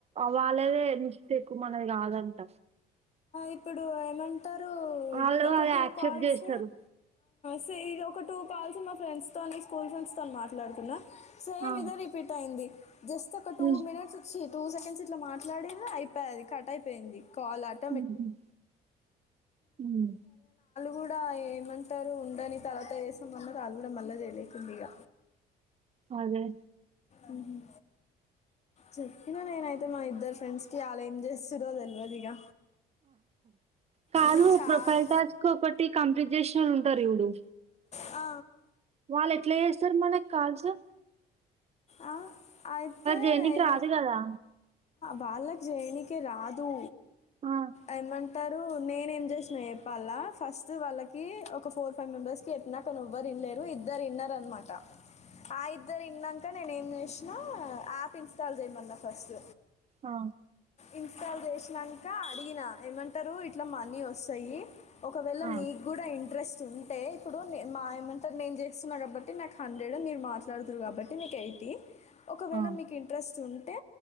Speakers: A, on the right (about 40°); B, on the left (about 40°).
A: వాళ్ళదే మస్ కుకు మనగా అంట
B: ఇప్పుడు ఏమంటారు
A: వాళ్ళు
B: ఒక
A: అది
B: టూ
A: యాక్సెప్ట్
B: కాల్స్
A: చేస్తారు
B: స ఇది ఒక టూ కాల్సి మా ఫ్రెండ్స్తోని స్కూల్ ఫ్రెండ్స్తో మాట్లాడుతున్నాను స
A: ఆ
B: ఇద రిపీట్ అయింది జస్ట్ ఒక టూ
A: ఉమ్
B: మినిట్స్ చ టూ సెకండ్స్ ఇట్లా మాట్లాడేలా అయిపోయాది కట్ అయిపోయింది కాల్ ే
A: ఉమ్ ఉమ్
B: కూడా ఏమంటారు ఉండని తర్వాత వసామన్నారు అది కూడా మళ్ళీ తెలియతుంది ఇక
A: అదే
B: ఇ చెప్పినా నేనైతే మా ఇద్దరు ఫ్రెండ్స్ కి అలా ఏం చేస్తురోో తెలివదు ఇక
A: కాదు
B: నేను చాలా
A: ప్రొఫైల్ టాస్క్ ఒకటి కంప్ేష ంట అడు
B: ఆ
A: వాళ్ళు ఎట్లా చే సార్ మనకి కాల్సార్
B: ఆ ఆయితే
A: చేయనికి
B: ఇమ
A: రాదు కదా
B: బాల దేనికి రాదు
A: ఆ
B: ఏమన్ అంటారు నేన ఏం చేసిన చెప్పాల ఫస్ట్ వాళ్ళకి ఒక ఫోర్ ఫైవ్ మెంబర్స్ కి చెప్పినా కావ్వరు లేరు ఇద్దరు ఇన్నర్ అనమాట ఆ ఇద్దరు ఇన్నాక నేనే ఏం చేసినా యాప్ ఇన్స్టాల్ చేయమన్నా ఫస్ట్
A: ఆ
B: ఇన్స్టాల్ చేసినాక అడిగినా ఏమంటారు ఇట్లా మనీ వస్తాయి ఒకవేళ
A: ఆ
B: మీకు కూడా ఇంట్రెస్ట్ ఉంది అంటే ఇప్పుడు నే మా ఏమంటారు నేను చేస్తున్నా కాబట్టి నాకు హండ్రెడ్ మీరు మాట్లాడుతుారు కాబట్టి నకు ఎయిటీ ఒకవేళ
A: ఆ
B: మీకు ఇంట్రెస్ట్ ఉంటే